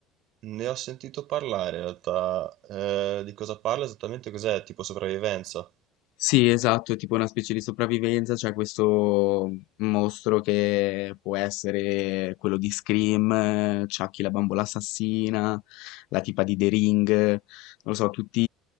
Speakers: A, on the right; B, on the left.
A: Ne ho sentito parlare in realtà. Eh, di cosa parla esattamente? Cos'è? Tipo sopravvivenza.
B: Sì, esatto, tipo una specie di sopravvivenza, c'è questo mostro che può essere quello di Scream, eh, Chucky la bambola assassina, la tipa di The Ring, eh, non lo so, tutti